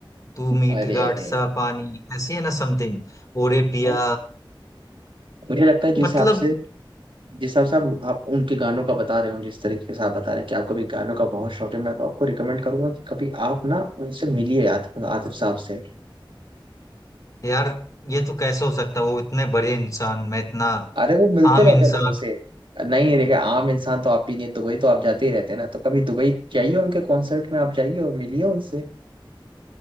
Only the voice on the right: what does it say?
है।
अरे
अरे
अरे
भाई मुझे लगता है जिस
हिसाब से जिस हिसाब से आप, आप उनके गानों का बता रहे हो जिस तरीके से आप बता रहे हैं कि आपको भी गानों का बहुत शौक है मैं तो आपको रिकमेंड करूंगा कि कभी आप ना उनसे मिलिए आतिफ आतिफ साहब से
अरे वो मिलते
रहते
हैं लोगों से नहीं देखे आम इंसान तो आप भी नहीं हैं, दुबई तो आप जाते ही रहते हैं ना तो कभी दुबई जाइए उनके कॉन्सर्ट में आप जाइए और मिलिए उनसे